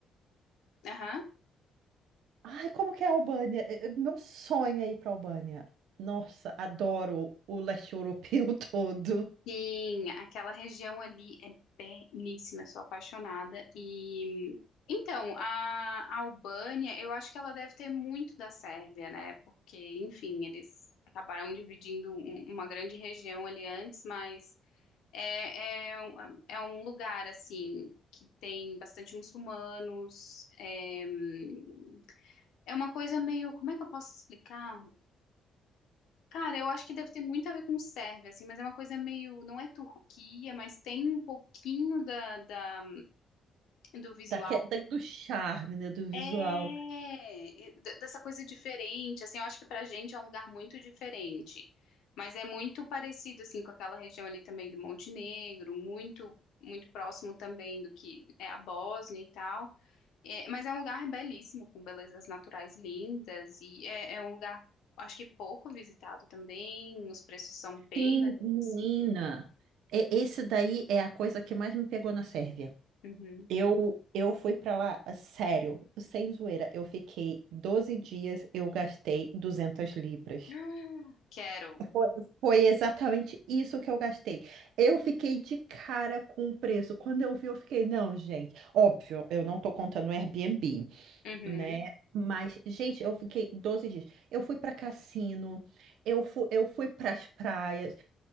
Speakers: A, on the left (about 80°); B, on the right (about 80°).
A: Aham.
B: Ai, como que é a Albânia? É- é- Meu sonho é ir pra Albânia. Nossa, adoro o leste europeu <laughs> todo.
A: Sim, aquela região ali é belíssima, eu sou apaixonada. E então, a, a Albânia, eu acho que ela deve ter muito da Sérvia, né? Porque, enfim, eles acabaram dividindo um- uma grande região ali antes, mas É, é, um- é um lugar, assim, que tem bastante muçulmanos. É, hum, é uma coisa meio. Como é que eu posso explicar? Cara, eu acho que deve ter muito a ver com Sérvia, assim, mas é uma coisa meio. Não é Turquia, mas tem um pouquinho da, da- do visual
B: Daque, da- do charme, né? Do visual.
A: É, e d- dessa coisa diferente, assim, eu acho que pra gente é um lugar muito diferente, mas é muito parecido, assim, com aquela região ali também de Montenegro, muito, muito próximo também do que é a Bósnia e tal, É, mas é um lugar belíssimo, com belezas naturais lindas, e é, é um lugar, acho que pouco visitado também, os preços são bem
B: Sim,
A: mais acessíveis.
B: menina. É, esse daí é a coisa que mais me pegou na Sérvia.
A: Uhum.
B: Eu, eu fui pra lá, a sério, sem zoeira. Eu fiquei 12 dias, eu gastei 200 libras.
A: <gasps> Quero.
B: Foi foi exatamente isso que eu gastei. Eu fiquei de cara com o preço. Quando eu vi, eu fiquei, não, gente. Óbvio, eu não tô contando o Airbnb,
A: Uhum.
B: né? Mas, gente, eu fiquei 12 dias. Eu fui pra cassino, eu fui, eu fui pras praias,